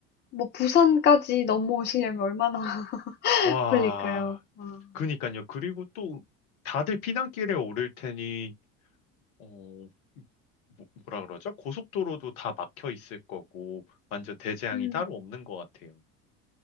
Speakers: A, on the left; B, on the left.
A: 뭐 부산까지 넘어오시려면 얼마나 <laughs>
B: 와.
A: 걸릴까요? 와.
B: 그니까요. 그리고 또 다들 피난길에 오를 테니 어, 뭐, 뭐라 그러죠? 고속도로도 다 막혀 있을 거고, 완전 대재앙이
A: 음.
B: 따로 없는 것 같아요.